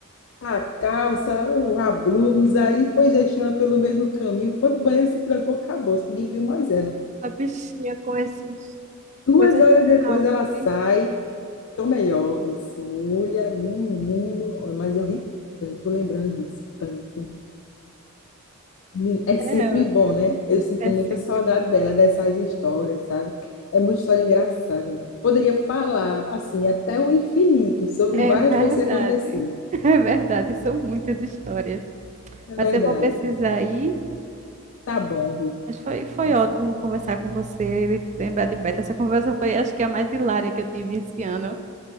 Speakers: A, on the left; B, on the right.
A: a calça, o- a blusa, aí foi deixando pelo meio do caminho, foi pro banheiro, se trancou, acabou, ninguém viu mais ela.
B: a bichinha com esses
A: Duas
B: coisas
A: horas
B: de
A: depois
B: saúde.
A: ela sai, tô melhor. Eu disse, olha, menino, olha, mas eu ri tanto lembrando disso, tanto. Men- É sempre
B: É ótimo.
A: bom, né? Eu sinto
B: É
A: muita
B: sempre
A: saudade
B: bom.
A: dela, dessas histórias, sabe? É muita história engraçada. né? Poderia falar, assim, até o infinito sobre
B: É
A: várias
B: verdade.
A: coisas que aconteceram.
B: É verdade, são muitas histórias.
A: É
B: Mas
A: verdade.
B: eu vou precisar ir.
A: Tá bom, Ruth,
B: Mas foi, foi
A: tá
B: ótimo
A: certo.
B: conversar com você e lembrar de Beto. Essa conversa foi, acho que, a mais hilária que eu tive esse ano.